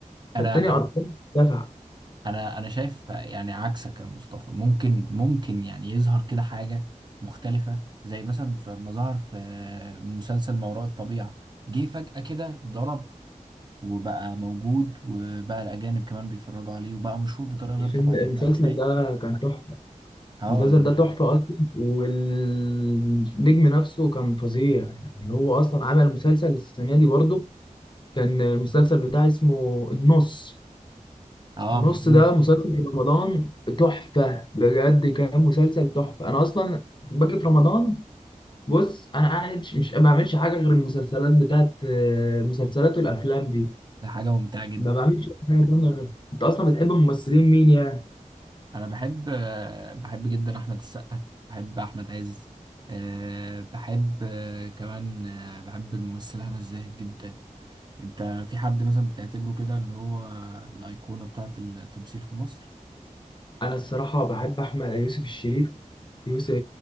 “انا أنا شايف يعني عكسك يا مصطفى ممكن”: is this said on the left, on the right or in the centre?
Right